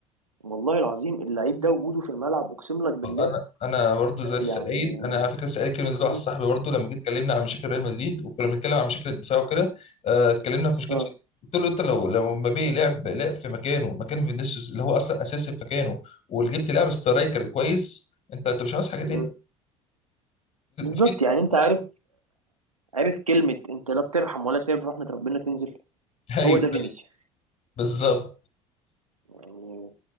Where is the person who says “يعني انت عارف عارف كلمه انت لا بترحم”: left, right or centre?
Right